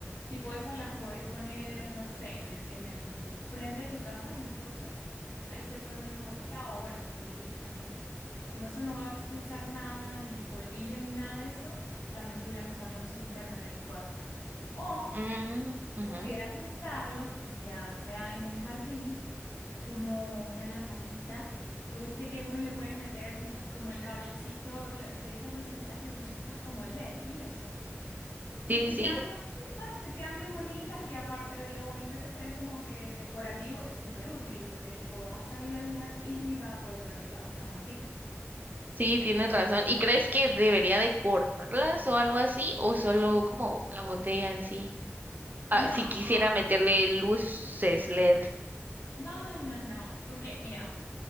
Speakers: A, on the left; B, on the right.
A: Tipo esas las podéis poner, no sé, en el, en el frente de tu casa, en el porche. Ahí se pueden ver bonitas o bueno, tú eliges también. Como esto no va a expulsar nada, ni polvillo, ni nada de eso, también pudieras usarlo de interno en el cuarto. O
B: ujú, ujú.
A: pudieras usarlo ya sea en el jardín como una lamparita. Vos viste que uno le puede meter mm, como el cablecito de estas lucecitas que son chiquitas como LED y eso. Y
B: Sí,
A: te
B: sí, sí,
A: quedan bien bonitas, te quedan bien bonitas y aparte de lo bonito que se ve como que decorativo, es súper útil porque tipo vas a salir al jardín y vas a poder ver las otras maticas.
B: sí, tienes razón. ¿Y crees que debería de cortarlas o algo así? ¿O solo como la botella en sí? Ah,
A: No,
B: si quisiera
A: ah,
B: meterle luces LED.
A: no, no, no, no, porque mira,